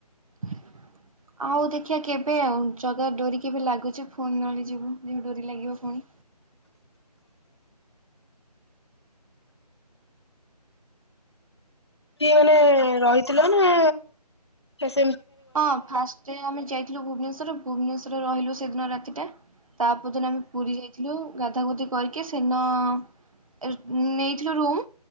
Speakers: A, on the right; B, on the left.
A: ହ <inaudible> ଆଉ ଦେଖିବା କେବେ ଆଉ ଜଗା ଡୋରି କେବେ ଲାଗୁଚି। ଫୁଣି ନହେଲେ ଯିବୁ ଯଦି ଡୋରି ଲାଗିବ ପୁଣି।
B: କିଏ ମାନେ ରହିଥିଲ ନା ହେସ୍
A: ହଁ ଫାଷ୍ଟ ଆମେ ଯାଇଥିଲୁ ଭୁବନେଶ୍ଵର। ଭୁବନେଶ୍ବରରେ ରହିଲୁ ସେଦିନ ରାତିଟା। ତାପଦିନ ଆମେ ପୁରୀ ଯାଇଥିଲୁ। ଗାଧା ଗୋଧି କରିକି ସେନ ଏ ନେଇଥିଲୁ ରୁମ୍